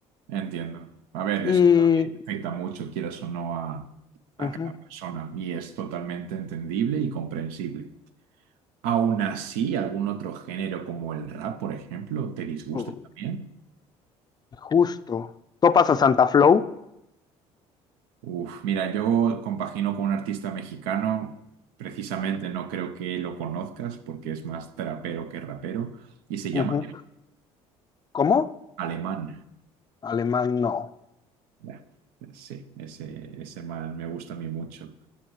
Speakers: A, on the right; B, on the left.
A: entiendo. A ver,
B: Y
A: eso también afecta mucho, quieras o no, a, a
B: ujú,
A: cada persona y es totalmente entendible y comprensible. Aún así, algún otro género como el rap, por ejemplo, te disgusta
B: oh,
A: también.
B: justo. ¿Topas a Santa Flow?
A: Uf, mira, yo compagino con un artista mexicano, precisamente no creo que lo conozcas porque es más trapero que rapero y se llama
B: Ujú. ¿Cómo?
A: Alemán.
B: Alemán no.
A: Ya, Sí, ese, ese man me gusta a mí mucho.